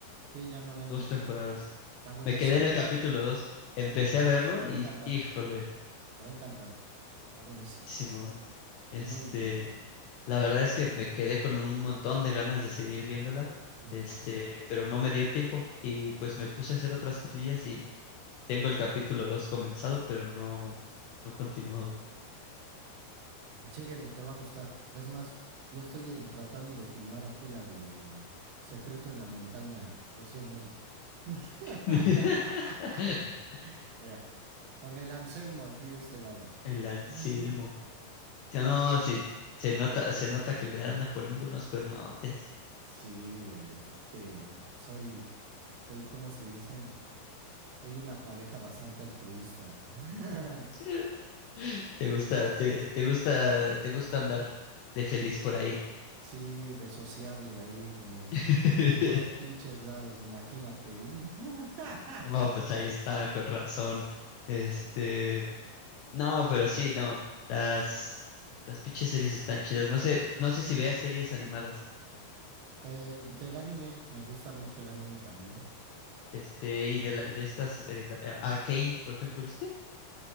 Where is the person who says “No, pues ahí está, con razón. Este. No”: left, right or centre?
Left